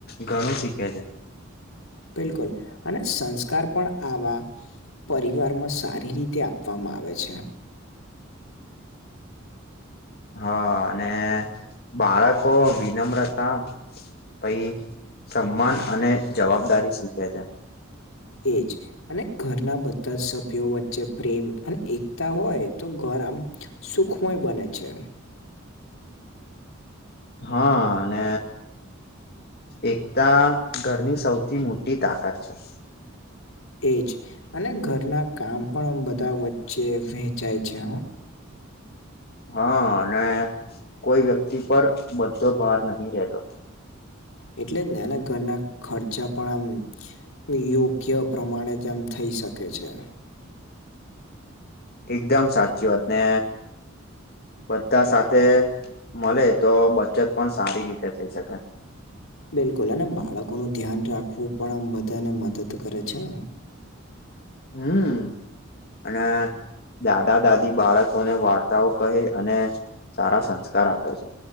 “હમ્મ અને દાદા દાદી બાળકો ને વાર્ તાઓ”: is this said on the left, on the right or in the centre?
Left